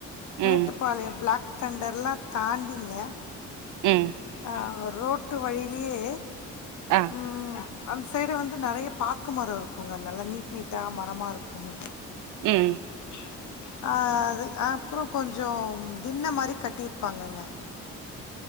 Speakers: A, on the left; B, on the right.
A: மேட்டுப்பாளையம்
B: ம்
A: பிளாக் தண்டர்லா தாண்டிங்க
B: ம்
A: அ ரோட்டு வழியிலேயே
B: ஆ
A: ம் அந்த சைட்டு வந்து நறைய பாக்கு மரம் இருக்குங்க நல்லா நீட் நீட்டா மரமா இருக்குங்க
B: ம்
A: ம் அ அது அப்பறோ கொஞ்சோ தின்ன மாரி கட்டிருப்பாங்கங்க